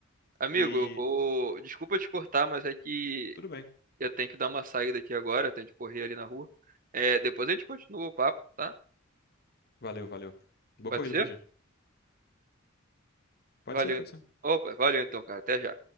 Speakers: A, on the right (about 40°); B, on the left (about 50°).
A: Amigo,
B: E
A: eu vou. Desculpa te cortar, mas é que
B: tudo bem.
A: Eu tenho que dar uma saída aqui agora, eu tenho que correr ali na rua. É, depois a gente continua o papo, tá?
B: Valeu, valeu. Boa
A: Pode
B: corrida
A: ser?
B: pra ti. Pode
A: Valeu.
B: ser, pode
A: então.
B: ser.
A: Opa, valeu então, cara. Até já.